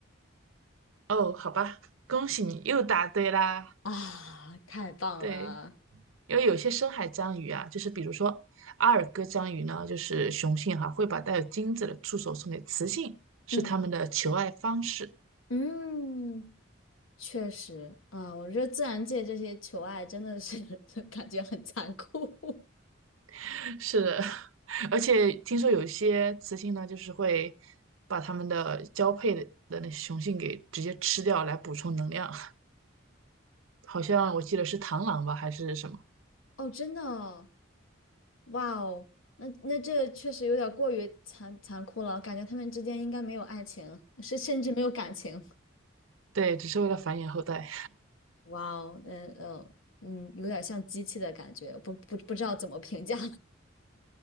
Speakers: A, on the right; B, on the left.
A: 哦，好吧，恭喜你又答对啦。
B: 啊，太棒了。
A: 对。因为有些深海章鱼啊，就是比如说阿尔戈章鱼呢，就是雄性哈、会把带有精子的触手送给雌性，是它们的求爱方式。
B: 嗯嗯，确实啊，我觉得自然界这些求爱真的是 <laughs> 感觉很残酷
A: <laughs> 是的，<laughs> 而且听说有一些雌性呢，就是会把它们的交配的的那雄性给直接吃掉来补充能量，<laughs> 好像我记得是螳螂吧，还是什么？
B: <laughs> 哦，真的哦，哇哦，那那这确实有点过于残残酷了，感觉他们之间应该没有爱情，是甚至没有感情。
A: 对，只是为了繁衍后代。
B: 哇哦，嗯呃嗯，有点像机器的感觉，不不不知道怎么评价